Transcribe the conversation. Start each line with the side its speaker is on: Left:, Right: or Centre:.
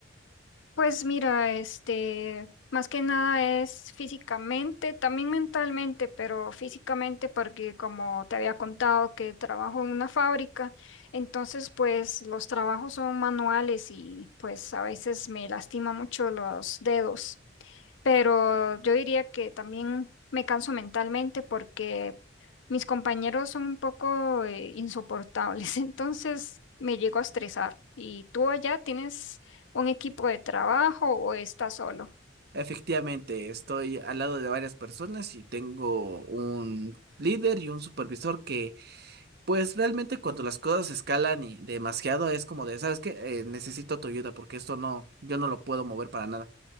Left: Pues mira, este, más que nada es físicamente, también mentalmente, pero físicamente porque como te había contado que trabajo en una fábrica, entonces pues los trabajos son manuales y pues a veces me lastima mucho los dedos. pero yo diría que también me canso mentalmente porque mis compañeros son un poco eh, insoportables, <laughs> entonces me llego a estresar. ¿Y tú allá tienes un equipo de trabajo o estás solo?
Right: Efectivamente, estoy al lado de varias personas y tengo un líder y un supervisor que, pues realmente cuando las cosas escalan y demasiado es como de, ¿sabes qué? Eh, necesito tu ayuda porque esto no, yo no lo puedo mover para nada.